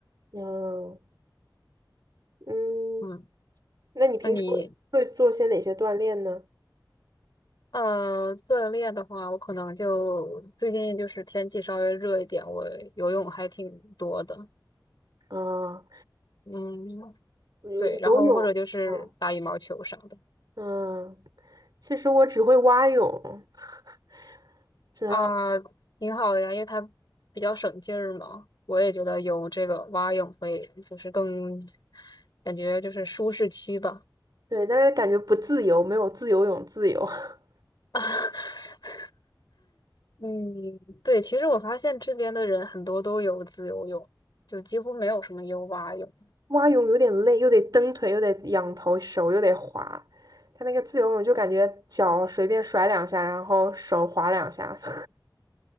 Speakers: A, on the right (about 60°); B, on the left (about 60°).
A: 嗯嗯，
B: 嗯，
A: 那你平时会做些哪些锻炼呢？
B: 那你呃锻炼的话，我可能就最近就是天气稍微热一点，我游泳还挺多的。
A: 啊，
B: 嗯，
A: 游游泳，
B: 对，然后或者就是打羽毛球啥的。
A: 嗯嗯，其实我只会蛙泳，<laughs> 这。
B: 啊，挺好的呀，因为它比较省劲儿嘛。我也觉得游这个蛙泳会，就是更感觉就是舒适区吧。
A: 对，但是感觉不自由，没有自由泳自由。<laughs>
B: <laughs> 嗯，对，其实我发现这边的人很多都有自由泳，就几乎没有什么游蛙泳。
A: 蛙泳有点累，又得蹬腿，又得仰头，手又得滑。他那个自由泳就感觉脚随便甩两下，然后手滑两下。<laughs>